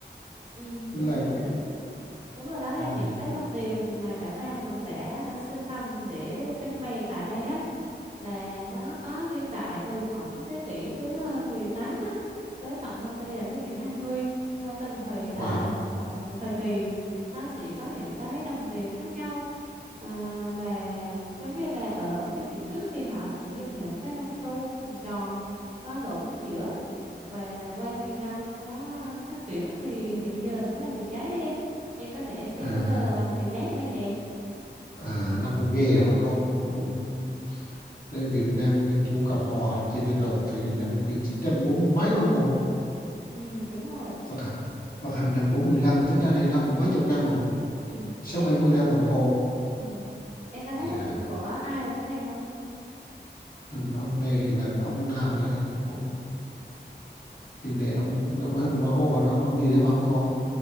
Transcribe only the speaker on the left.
là
cái-
à,
wow
à
à nó cũng nghe hả cô nó cũng đây Việt Nam Dân Chủ Cộng Hòa đọc tiền lấy tờ thì năm 1940 mấy không cô
phát hành phát hành năm bốn lăm tính ra đây nó cũng mấy chục năm rồi
sáu
bảy mươi năm rồi cô
dạ
hình ông này là cái ông nào á, em cũng hiện nay ông đâu có hình ông Bác Hồ hình ông ông gì đấy phải không cô